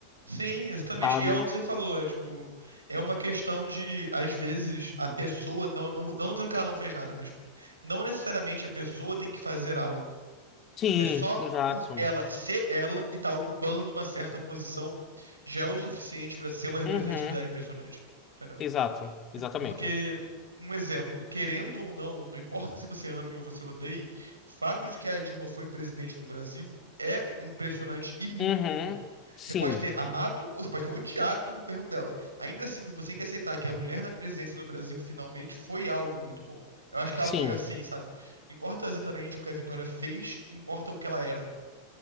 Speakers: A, on the right; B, on the left.
A: Sim, exatamente.
B: sabe?
A: E é o que você falou, é tipo, é uma questão de, às vezes, a pessoa não, não, não dizendo que ela não fez nada, mas tipo, não necessariamente a pessoa tem que fazer algo.
B: Sim,
A: É só
B: exato.
A: por ela ser ela e estar ocupando uma certa posição já é o suficiente pra ser uma representatividade
B: Uhum,
A: impressionante. Entendeu?
B: exato,
A: Tipo,
B: exatamente.
A: porque, um exemplo, querendo ou não, não importa se você ame ou você odeie, o fato de que a Dilma foi presidente do Brasil é um impressionante e muito
B: Uhum,
A: bom.
B: sim,
A: Você pode ter amado ou você pode ter odiado o governo dela. Ainda assim, você tem que aceitar que a mulher na presidência do Brasil finalmente foi algo muito bom. Eu acho que é
B: sim.
A: algo meio assim, sabe? Não importa exatamente o que a Vitória fez, importa o que ela era.